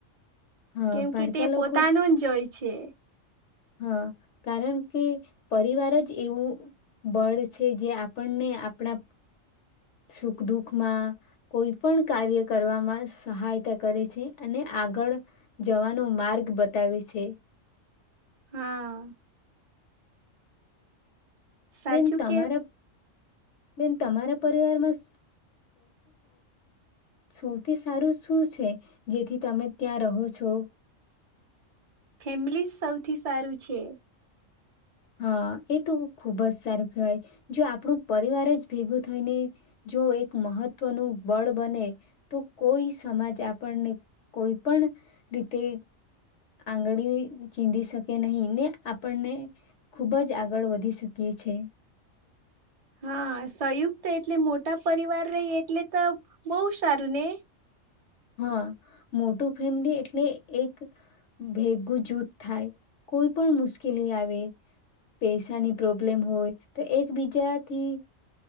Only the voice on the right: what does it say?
કેમ
કે તે
પોતાનું જ જોય છે.
હા. સાચું
કે
ફેમિલી સૌથી સારું છે
હા સંયુક્ત એટલે મોટા પરિવાર ર એટલે તો બહુ સારું ને